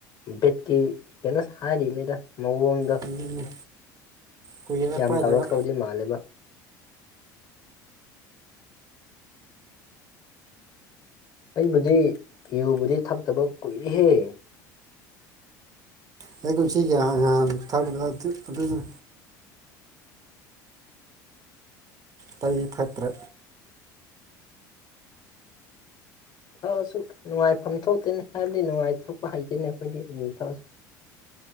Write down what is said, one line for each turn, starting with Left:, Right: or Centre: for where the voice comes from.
Left: ꯕꯤꯠꯀꯤ ꯀꯩꯅꯣꯁ ꯍꯥꯏꯔꯤꯕꯅꯤꯗ ꯃꯑꯣꯡ ꯗ
Right: ꯑꯗꯨꯅꯤ ꯀꯨꯏꯔꯦ
Left: ꯌꯥꯝ
Right: ꯄꯥꯏꯗꯕ
Left: ꯇꯧꯔꯛꯇꯧꯗꯤ ꯃꯥꯜꯂꯦꯕ ꯑꯩꯕꯨꯗꯤ ꯌꯨꯕꯨꯗꯤ ꯊꯛꯇꯕ ꯀꯨꯏꯔꯤꯍꯦ
Right: ꯑꯩ ꯀꯨꯝꯁꯤꯒꯤ ꯉꯍꯥ ꯉꯍꯥꯟ ꯊꯛꯕꯗ ꯑꯗꯨ ꯑꯗꯨꯅ ꯇꯩ ꯊꯛꯇ꯭ꯔꯦ
Left: ꯊꯛꯑꯁꯨ ꯅꯨꯡꯉꯥꯏꯐꯝ ꯊꯣꯛꯇꯦꯅꯦ ꯍꯥꯏꯕꯗꯤ ꯅꯨꯡꯉꯥꯏꯊꯣꯛꯄ ꯍꯩꯇꯦꯅ ꯑꯩꯈꯣꯏꯗꯤ ꯌꯨ ꯊꯛꯑꯁꯨ